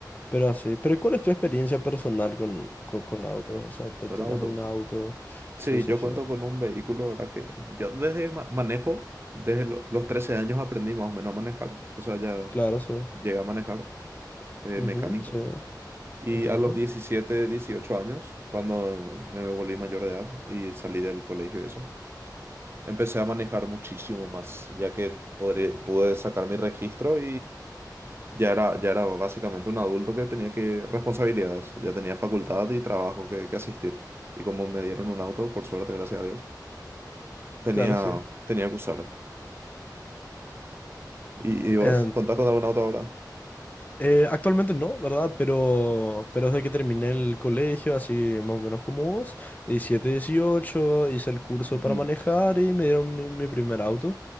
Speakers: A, on the left; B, on the right.
A: pero así. Pero ¿cuál es tu experiencia personal con, con, con autos? O sea, ¿te
B: Con
A: tenés
B: autos.
A: algún auto? Sí,
B: Sí,
A: sí,
B: yo
A: sí.
B: cuento con un vehículo, ¿verdad? Que yo desde ma- manejo, desde lo- los 13 años aprendí más o menos a manejar. O sea, ya
A: Claro, sí.
B: llegué a manejar eh,
A: Ujú,
B: mecánico.
A: sí,
B: Y
A: entiendo.
B: a los 17 18 años, cuando me volví mayor de edad y salí del colegio y eso, empecé a manejar muchísimo más, ya que podré- pude sacar mi registro ya era, ya era básicamente un adulto que tenía que responsabilidades, ya tenía facultad y trabajo que, que asistir. Y como me dieron un auto, por suerte, gracias a Dios, tenía,
A: Claro, sí.
B: tenía que usar. ¿Y, y vos?
A: Em,
B: ¿Contás con algún auto ahora?
A: Eh, actualmente no, ¿verdad? Pero, pero desde que terminé el colegio, así más o menos como vos, 17 18 hice el curso
B: Ujú,
A: para manejar y me dieron mi, mi primer auto.